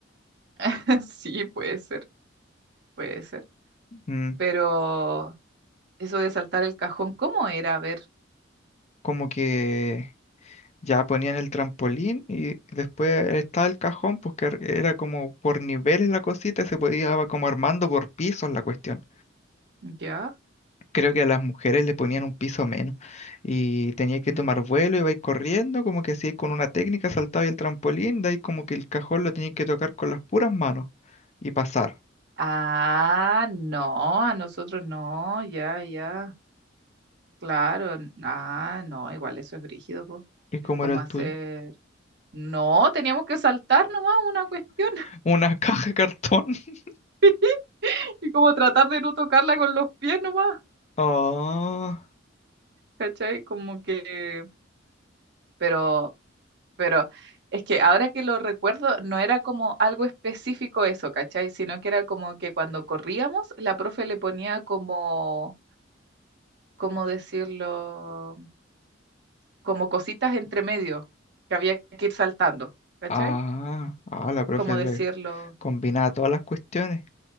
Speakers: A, on the right (about 60°); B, on the left (about 35°).
A: <laughs> Sí, puede ser, puede ser.
B: Mm,
A: Pero eso de saltar el cajón, ¿cómo era? A ver,
B: como que Ya ponían el trampolín y después estaba el cajón, pues que era como por niveles la cosita, y se podía va como armando por pisos la cuestión.
A: ya.
B: Creo que a las mujeres le ponían un piso menos y tenía que
A: mm.
B: tomar vuelo, ibais corriendo, como que así con una técnica saltaba el trampolín, de ahí como que el cajón lo tenías que tocar con las puras manos y pasar.
A: Ah, no, a nosotros no, ya, ya, claro, n- ah, no, igual eso es brígido, po.
B: ¿Y cómo
A: Es como
B: era el
A: hacer,
B: tuyo?
A: no, teníamos que saltar nomás una cuestión
B: <laughs> Una caja de cartón. <laughs>
A: <laughs> y como tratar de no tocarla con los pies nomás,
B: Oh,
A: ¿cachai? Como que, pero, pero es que ahora que lo recuerdo, no era como algo específico eso, ¿cachai? Sino que era como que cuando corríamos, la profe le ponía como, ¿cómo decirlo? como cositas entre medio que había que ir saltando, ¿cachai?
B: ah, ah, la profe
A: Como decirlo?
B: le combinaba todas las cuestiones.